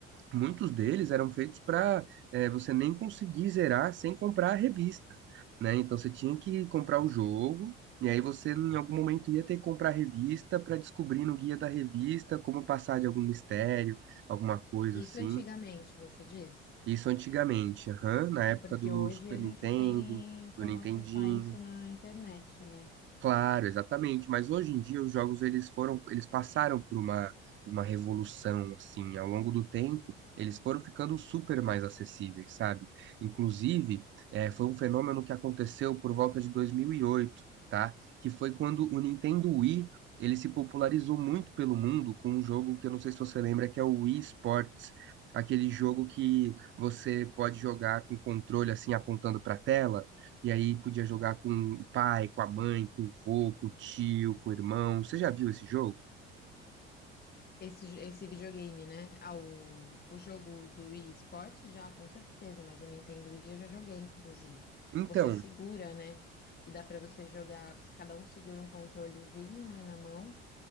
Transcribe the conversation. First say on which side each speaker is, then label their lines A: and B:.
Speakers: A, on the right; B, on the left.
A: muitos deles eram feitos para você nem conseguir zerar sem comprar a revista, né? Então você tinha que comprar o jogo. E aí você em algum momento ia ter que comprar a revista para descobrir no guia da revista como passar de algum mistério, alguma coisa
B: Isso
A: assim.
B: antigamente, você diz?
A: Isso antigamente, aham, na época
B: É porque
A: do
B: hoje
A: Super
B: a
A: Nintendo,
B: gente tem como
A: do Nintendinho.
B: acessar isso na internet, né?
A: Claro, exatamente. Mas hoje em dia os jogos eles foram, eles passaram por uma, por uma revolução assim. Ao longo do tempo, eles foram ficando super mais acessíveis, sabe? Inclusive, eh, foi um fenômeno que aconteceu por volta de 2008, tá? Que foi quando o Nintendo Wii ele se popularizou muito pelo mundo com um jogo que eu não sei se você lembra, que é o Wii Sports, aquele jogo que você pode jogar com controle assim apontando para a tela. E aí podia jogar com o pai, com a mãe, com o vô, com o tio, com o irmão. Você já viu esse jogo?
B: Esse, esse videogame, né? Ah, o, o jogo do Wii Sports já, com certeza, mas o Nintendo Wii eu já joguei, inclusive.
A: Então,
B: Você segura, né? E dá pra você jogar, você cada um segura um controlezinho, né, na mão,